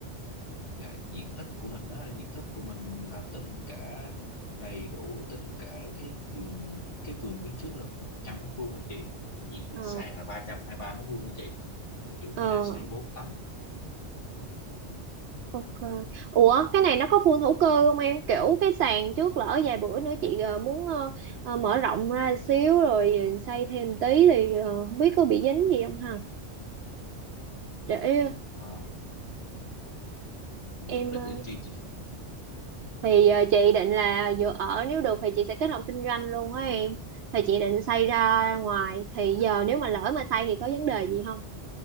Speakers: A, on the left; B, on the right.
A: dạ, diện tích của mình đó diện tích của mình là tính cả đầy đủ tính cả cái đường cái vườn phía trước là 100 mét vuông nha chị diện tích
B: Ờ.
A: sàn là 323 mét vuông nha chị Ờ, chủ nhà
B: Ờ.
A: xây 4 tấm
B: Ok. Ủa, cái này nó có phun hữu cơ không em? Kiểu cái sàn trước lỡ vài bữa nữa chị ờ, muốn ờ, ờ, mở rộng ra xíu rồi xây thêm tí thì ờ, không biết có bị dính gì không ha? Để ờ,
A: mà mục
B: em
A: đích
B: ờ,
A: để làm chi
B: thì ờ, chị định là vừa ở nếu được thì chị sẽ kết hợp kinh doanh luôn á em. Thì chị định xây
A: chị
B: ra ngoài thì giờ nếu mà lỡ mà xây thì có vấn đề gì không?